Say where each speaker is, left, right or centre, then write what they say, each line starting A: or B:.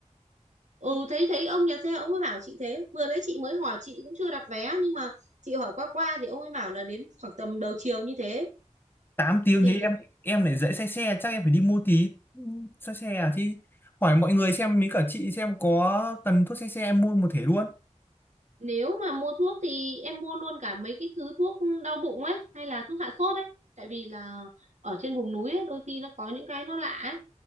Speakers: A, on the right (about 70°); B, on the left (about 15°).
A: ừ thấy thấy ông nhà xe ông ấy bảo chị thế vừa nãy chị mới hỏi chị cũng chưa đặt vé nhưng mà chị hỏi qua qua thì ông ấy bảo là đến khoảng tầm đầu chiều như thế
B: tám tiếng
A: thì
B: thế em
A: ờ,
B: em lại dễ say xe chắc em phải đi mua tí ừ, say xe à thì hỏi mọi người xem mấy cả chị xem có cần thuốc say xe em mua một thể luôn
A: nếu mà mua thuốc thì em mua luôn cả mấy cái thứ thuốc đau bụng ấy hay là thuốc hạ sốt ấy tại vì là ở trên vùng núi ấy, đôi khi nó có những cái nó lạ ấy